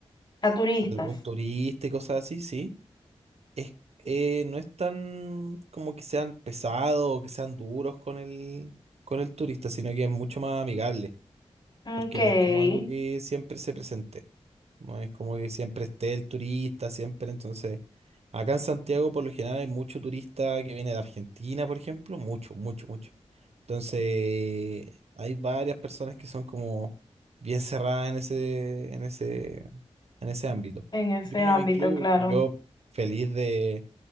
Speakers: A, on the left; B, on the right.
A: A turistas.
B: algún turista y cosas así, sí, es, eh, no es tan como que sean pesados o que sean duros con el, con el turista, sino que es mucho más amigable.
A: Ok,
B: porque
A: en
B: no es como algo que siempre se presente. No es como que siempre esté el turista, siempre. Entonces, acá en Santiago por lo general hay mucho turista que viene de Argentina, por ejemplo, mucho, mucho, mucho. Entonces, hay varias personas que son como bien cerradas en ese, en ese, en ese ámbito.
A: ese
B: Yo
A: ámbito,
B: no me incluyo
A: claro.
B: porque yo feliz de,